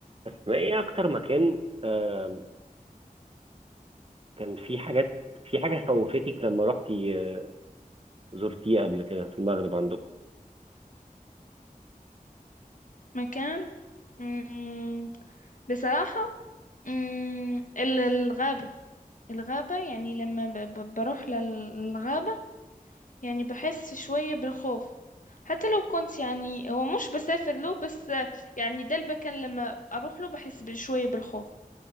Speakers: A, on the right; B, on the left.
A: بس ايه اكتر مكان آم، كان في حاجات في حاجه خوفتك لما رحتي آه، زرتيه قبل كده في المغرب عندكم
B: مكان مم. بصراحة مم. ال- الغابة الغابة يعني لما ب- ب- بروح لل- للغابة يعني بحس شوية بالخوف حتى لو كنت يعني هو مش بسافر له بس آه، يعني ده المكان لما أروح له بحس بشوية بالخوف